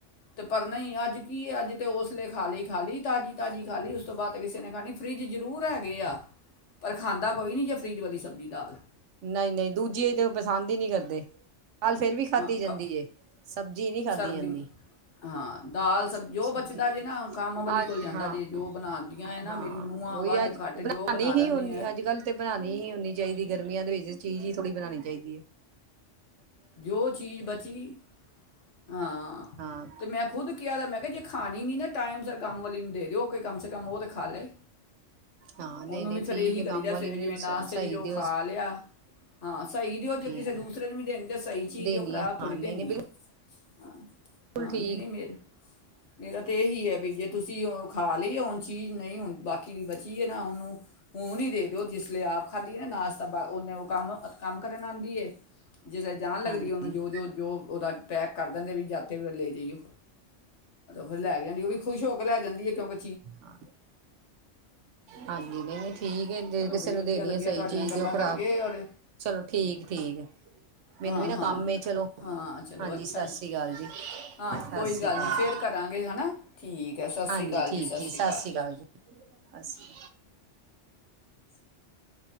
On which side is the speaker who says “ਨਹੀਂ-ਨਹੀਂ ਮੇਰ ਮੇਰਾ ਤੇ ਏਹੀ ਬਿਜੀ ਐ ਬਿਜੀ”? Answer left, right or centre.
Left